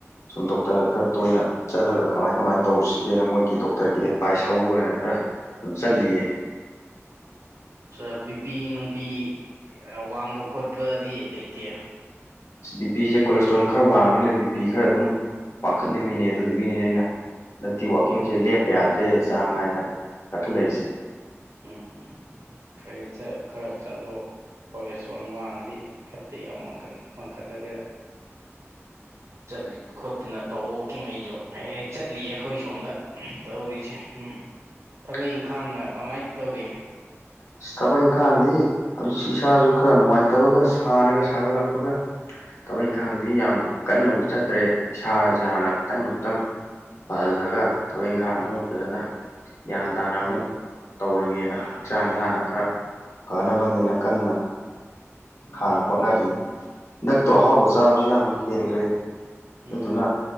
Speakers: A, on the left; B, on the right.
A: ꯁꯨꯝ ꯗꯣꯛꯇꯔꯒ ꯈꯔ ꯇꯣꯏꯅ ꯆꯠꯂꯒ ꯀꯃꯥꯏꯅ ꯀꯃꯥꯏꯅ ꯇꯧꯔꯁꯤꯒꯦꯅ ꯃꯣꯏꯒꯤ ꯗꯣꯛꯇꯔꯒꯤ ꯑꯦꯗꯚꯥꯏꯁ ꯂꯧꯕꯑꯣꯏꯅ ꯈꯔ ꯑꯗꯨꯝ ꯆꯠꯂꯤꯌꯦ
B: ꯁꯦ ꯕꯤꯄꯤ ꯅꯨꯡꯄꯤ ꯋꯥꯡꯕ ꯈꯣꯠꯄꯗꯤ ꯂꯩꯇꯦ
A: ꯕꯤ ꯄꯤꯁꯦ ꯀꯣꯂꯦꯁꯇ꯭ꯔꯣꯜ ꯈꯔ ꯋꯥꯡꯉꯤꯅꯦ ꯕꯤꯄꯤ ꯈꯔ ꯑꯗꯨꯝ ꯄꯥꯈꯠꯂꯤꯃꯤꯅꯦ ꯑꯗꯨꯗꯨꯒꯤꯅꯤꯅꯦ ꯑꯩꯅ ꯍꯟꯗꯛꯇꯤ ꯋꯥꯛꯀꯤꯡꯁꯦ ꯂꯦꯞꯄ ꯌꯥꯗ꯭ꯔꯦ ꯆꯥꯡ ꯅꯥꯏꯅ ꯆꯠꯈꯠꯂꯛꯏꯁꯦ
B: ꯎꯝ ꯐꯩ ꯆꯠ ꯈꯔ ꯆꯠꯂꯣ ꯀꯣꯂꯦꯁꯇ꯭ꯔꯣꯟꯜ ꯋꯥꯡꯉꯗꯤ ꯐꯠꯇꯦ ꯌꯥꯝ ꯋꯥꯡꯈꯠꯂꯗꯤ
A: <inaudible>
B: ꯆꯠꯂꯤ ꯈꯣꯠꯇꯅ ꯇꯧ ꯋꯥꯛꯀꯤꯡ ꯑꯩꯁꯨ ꯍꯦꯛ ꯍꯦꯛ ꯆꯠꯂꯤꯌꯦ ꯑꯩꯈꯣꯏ ꯁꯣꯝꯗ ꯇꯧꯔꯤꯁꯦ ꯎꯝ
A: <inaudible>
B: ꯊꯕꯛ ꯏꯪꯈꯥꯡꯅ ꯀꯃꯥꯏꯅ ꯇꯧꯔꯤ
A: ꯑꯁ ꯊꯕꯛ ꯏꯪꯈꯥꯡꯗꯤ ꯍꯧꯖꯤꯛꯁꯤ ꯏꯁꯥꯁꯨ ꯈꯔ ꯅꯨꯡꯉꯥꯏꯇꯕꯒ ꯁꯥꯥꯟꯅꯒ ꯁꯥꯒꯠꯂꯛꯄꯒ ꯊꯕꯛ ꯏꯪꯈꯥꯡꯗꯤ ꯌꯥꯝ ꯀꯟꯅꯕꯨ ꯆꯠꯇ꯭ꯔꯦ ꯏꯁꯥꯁꯦ ꯍꯥꯟꯅ ꯈꯤꯇꯪ ꯑꯃꯨꯛꯇꯪ ꯐꯍꯜꯂꯒ ꯊꯕꯛ ꯏꯪꯈꯥꯡꯗꯨ
B: ꯎꯝ
A: ꯐꯖꯅ ꯒ꯭ꯌꯥꯟ ꯇꯥꯅ
B: ꯎꯝ
A: ꯑꯃꯨꯛ ꯇꯧꯔꯒꯦꯅ ꯍꯛꯆꯥꯡꯁꯦ ꯍꯥꯟꯅ ꯈꯔ ꯐꯅꯕꯅꯤꯅ ꯀꯟꯅ
B: ꯎꯝ
A: ꯍꯥꯟꯅ ꯍꯣꯠꯅꯔꯤ ꯍꯦꯟꯗꯥꯛꯇꯣ ꯑꯍꯥꯎꯕ ꯆꯥꯕꯁꯨ ꯌꯥꯝꯅ ꯍꯦꯟꯈ꯭ꯔꯦ ꯑꯗꯨꯗꯨꯅ
B: ꯎꯝ